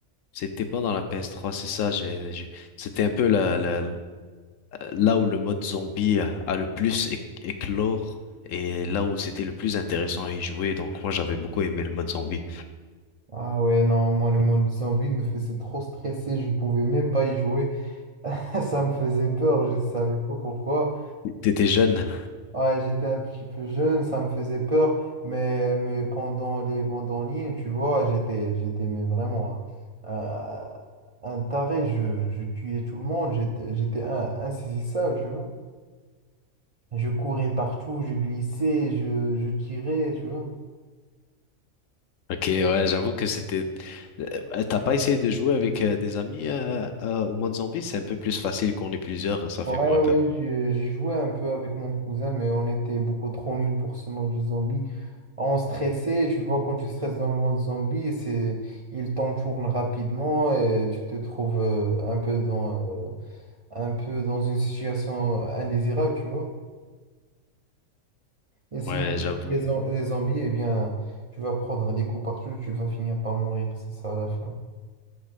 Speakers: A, on the left; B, on the right.
A: C'était pas dans la PS3, c'est ça. J'ai, j'ai- c'était un peu la, la- là où le mode zombie a le plus éc- éclore et là où c'était le plus intéressant à y jouer. Donc moi j'avais beaucoup aimé le mode zombie.
B: Ah ouais, non, moi, le mode zombie me faisait trop stresser. Je pouvais même pas y jouer. <laughs> Ça me faisait peur, je savais pas pourquoi.
A: T'étais jeune.
B: Ouais, j'étais un petit peu jeune, ça me faisait peur, mais, mais pendant les mandolines, tu vois, j'étais, j'étais mais vraiment un, un- un taré, je, je tuais tout le monde, j'étais, j'étais un- insaisissable, tu vois. Je courais partout, je glissais, je, je tirais, tu vois.
A: Ok, ouais, j'avoue que c'était. Euh, T'as pas essayé de jouer avec euh, des amis euh, euh, au mode zombie? C'est un peu plus facile qu'on est plusieurs, ça
B: Ouais,
A: fait moins
B: ouais,
A: peur.
B: j'ai j'ai joué un peu avec mon cousin, mais on était beaucoup trop nuls pour ce mode de zombie. On stressait, tu vois, quand tu stresses dans le monde zombie, c'est, il t'entoure rapidement et tu te trouves euh, un peu dans, euh, un peu dans une situation indésirable, tu vois. Et si
A: Ouais, j'avoue.
B: les, zom- les zombies, eh bien, tu vas prendre des coups partout, tu vas finir par mourir, c'est ça à la fin.